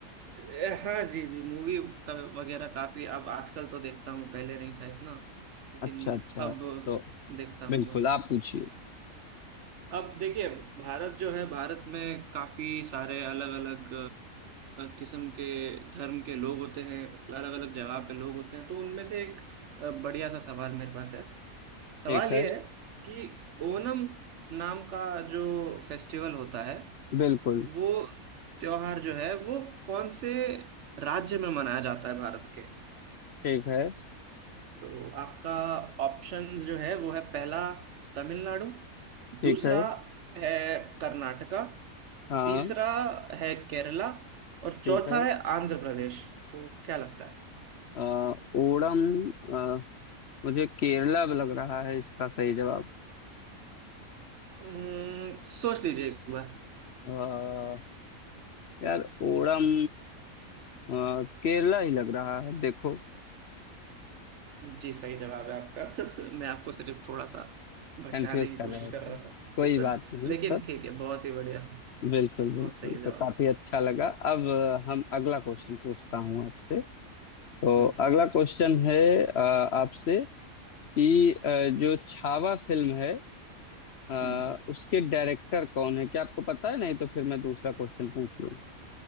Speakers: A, on the right; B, on the left.
A: ए, हाँ जी जी मूवी का वगैरह काफी अब आजकल तो देखता हूँ पहले नहीं था इतना लेकिन
B: अच्छा अच्छा
A: अब
B: तो
A: देखता हूँ
B: बिल्कुल
A: मैं
B: आप पूछिए
A: अब देखिए भारत जो है भारत में काफी सारे अलग अलग किस्म के धर्म के लोग होते हैं अलग अलग जगह पे लोग होते हैं तो उनमें से एक अ, बढ़िया सा सवाल मेरे पास है सवाल
B: ठीक है
A: ये है कि ओनम नाम का जो फेस्टिवल होता है
B: बिल्कुल
A: वो त्योहार जो है वो कौन से राज्य में मनाया जाता है भारत के
B: ठीक है
A: तो आपका ऑप्शंस जो है वो है पहला तमिलनाडु
B: ठीक
A: दूसरा
B: है
A: है कर्नाटका
B: हाँ
A: तीसरा है केरला और
B: ठीक
A: चौथा
B: है
A: है आंध्र प्रदेश तो क्या लगता है
B: अ, ओणम अ, मुझे केरला लग रहा है इसका सही जवाब
A: हम्म, सोच लीजिए एक बार
B: अ, यार ओणम आ, केरला ही लग रहा है देखो
A: जी सही जवाब है आपका <laughs> मैं आपको सिर्फ थोड़ा सा भटकाने
B: कंफ्यूज
A: की
B: कर
A: कोशिश
B: रहे थे
A: कर रहा
B: कोई
A: था
B: बात
A: <laughs>
B: नहीं
A: लेकिन
B: सर
A: ठीक है बहुत ही बढ़िया
B: बिल्कुल
A: बहुत
B: बिल्कुल
A: सही जवाब
B: तो काफी अच्छा लगा अब अ, हम अगला क्वेश्चन पूछता हूँ आपसे तो
A: हम्म
B: अगला क्वेश्चन है अ, आपसे कि अ, जो छावा फिल्म है अ,
A: हम्म
B: उसके डायरेक्टर कौन है क्या आपको पता है नहीं तो फिर मैं दूसरा क्वेश्चन पूछ लूँ